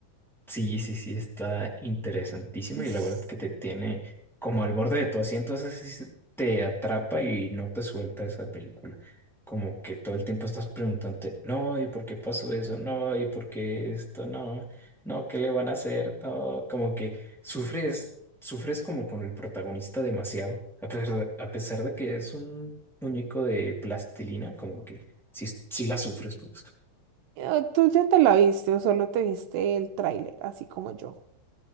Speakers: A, in the centre; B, on the right.
A: Sí, sí, sí, está interesantísima
B: Es-
A: y la verdad que te tiene como al borde de tu asiento, esa sí se- te atrapa y no te suelta esa película. Como que todo el tiempo estás preguntándote, no, ¿y por qué pasó eso? No, ¿y por qué esto? No, no, ¿qué le van a hacer? No, como que sufres, sufres como con el protagonista demasiado, a pesar de, a pesar de que es un muñeco de plastilina, como que sí, sí la sufres, pues.
B: eh, ¿Tú ya te la viste o solo te viste el tráiler, así como yo?